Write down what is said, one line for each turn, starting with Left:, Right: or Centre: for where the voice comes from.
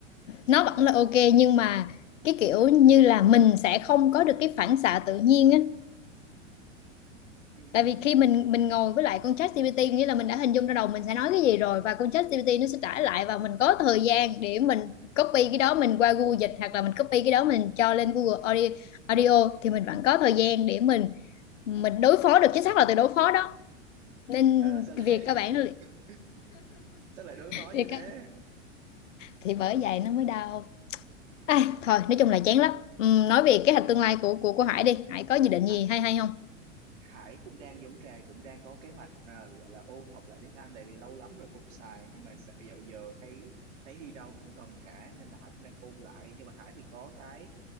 Left: nó vẫn là ok nhưng mà cái kiểu như là mình sẽ không có được cái phản xạ tự nhiên á
Right: Ừm,
Left: tại vì khi mình mình ngồi với lại con chat GPT nghĩa là mình đã hình dung ra đầu mình sẽ nói cái gì rồi và con chat GPT nó sẽ trả lại và mình có thời gian để mình copy cái đó mình qua Google dịch hoặc là mình copy cái đó mình cho lên Google Audio, Audio thì mình vẫn có thời gian để mình mình đối phó được chính xác là từ đối phó đó nên
Right: ờ, sao lại
Left: việc các bạn
Right: <laughs> sao lại đối phó
Left: việc
Right: như thế?
Left: các- thì bởi vậy nó mới đau à, thôi nói chung là chán lắm Ừm, nói về kế hoạch tương lai của của của Hải đi Hải có dự định gì
Right: Hải,
Left: hay hay không
Right: Hải cũng đang giống Trà cũng đang có kế hoạch à, gọi là ôn học lại tiếng Anh tại vì lâu lắm rồi không xài nhưng mà sợ dạo giờ thấy thấy đi đâu cũng cần cả nên là Hải cũng đang ôn lại nhưng mà Hải thì có cái